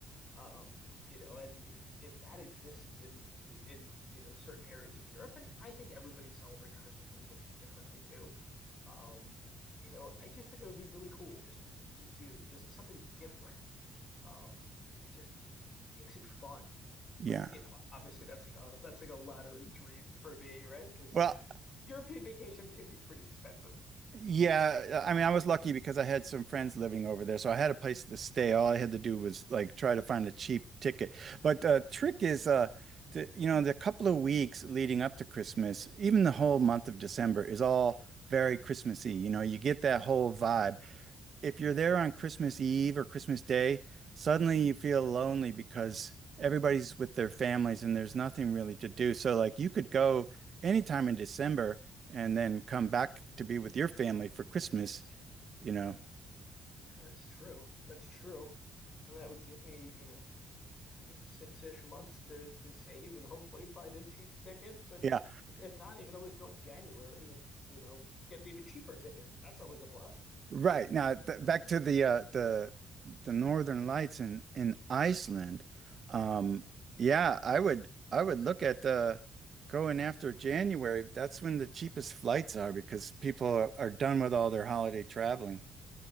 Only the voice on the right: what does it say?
Yeah.
Well,
Yeah, I mean, I was lucky because I had some friends living over there, so I had a place to stay. All I had to do was like try to find a cheap ticket. But the trick is, uh, to, you know, the couple of weeks leading up to Christmas, even the whole month of December is all very Christmassy. You know, you get that whole vibe if you're there on Christmas Eve or Christmas Day, suddenly you feel lonely because everybody's with their families and there's nothing really to do. So like you could go anytime in December and then come back to be with your family for Christmas, you know.
Yeah.
Right. Now, th back to the uh the the Northern Lights in in Iceland. Um yeah, I would I would look at uh going after January. That's when the cheapest flights are because people are, are done with all their holiday traveling.